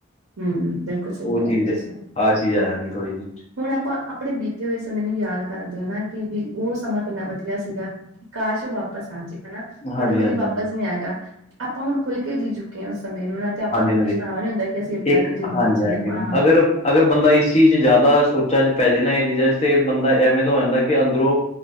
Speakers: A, on the right; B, on the left.
A: ਹੂੰ ਬਿਲਕੁਲ- ਸਹੀ
B: ਉਹ
A: ਕਹਿ
B: ਚੀਜ਼,
A: ਰਹੇ ਹੋ ਤੁਸੀਂ।
B: ਆਹ ਚੀਜ਼ ਆ ਜਾਦੀ ਥੋੜੀ ਜਿਹੀ।
A: ਹੁਣ ਆਪਾਂ ਆਪਣੇ ਬੀਤੇ ਹੋਏ ਸਮੇਂ ਨੂੰ ਯਾਦ ਕਰਦੇ ਹਾਂ। ਨਾ ਕਿ ਵੀ ਉਹ ਸਮਾਂ ਕਿਨਾ ਵਧੀਆ ਸੀਗਾ। ਕਾਸ਼ ਉਹ ਵਾਪਸ ਆ ਜੇ ਹਨਾ।
B: ਹਾਂਜੀ
A: ਬਟ ਉਹ ਕਦੀ
B: ਹਾਂਜੀ
A: ਵਾਪਸ
B: ਹਾਂਜੀ
A: ਨੀ ਆਏਗਾ। ਆਪਾਂ ਹੁਣ ਖੁੱਲ ਕੇ ਜੀ ਚੁੱਕੇ ਹਾਂ ਉਸ ਸਮੇਂ ਨੂੰ, ਨਾ। ਤੇ ਆਪਾਂ
B: ਹਾਂਜੀ
A: ਨੂੰ
B: ਹਾਂਜੀ
A: ਪਛਤਾਵਾ ਨੀ ਹੁੰਦਾ ਕਿ ਅਸੀਂ ਏਦਾਂ
B: ਇੱਕ,
A: ਦੀ ਜ਼ਿੰਦਗੀ
B: ਹਾਂਜੀ-
A: ਜੀ
B: ਹਾਂਜੀ,
A: ਆਪਾਂ
B: ਅਗਰ ਅਗਰ ਬੰਦਾ ਇਸ ਚੀਜ਼ ਚ, ਜ਼ਿਆਦਾ ਸੋਚਾਂ ਚ ਪੈ ਜੇ, ਨਾ ਇਹ ਚੀਜ਼ਾਂ ਚ, ਤੇ ਬੰਦਾ ਐਵੇਂ ਦਾ ਹੋ ਜਾਂਦਾ ਕਿ ਅੰਦਰੋਂ